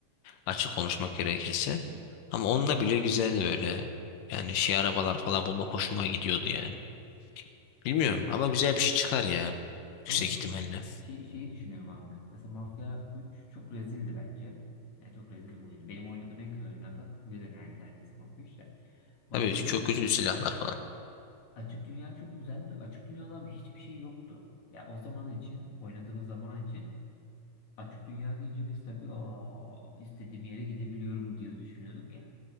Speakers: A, on the left; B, on the left.
A: Açık konuşmak gerekirse. Ama onda bile güzeldi böyle. Yani şey arabalar falan bulmak hoşuma gidiyordu yani. Bilmiyorum ama güzel bir şey çıkar ya. Yüksek
B: Ama mesela
A: ihtimalle.
B: şey, şeyi düşünüyorum abi. Mesela Mafya 3 çok rezildi bence. Yani çok rezil bir oyunu. Benim oynadığım en kötü oyunlardan biri ner- neredeyse Mafya 3 de. Mafya
A: Tabii çok
B: bir 2
A: kötü silahlar falan.
B: açık dünya çok güzeldi. Açık dünyada abi hiçbir şey yoktu. Ya o zaman için, oynadığımız zaman için Açık dünya deyince biz tabii aa, istediğim yere gidebiliyorum diye düşünüyorduk ya.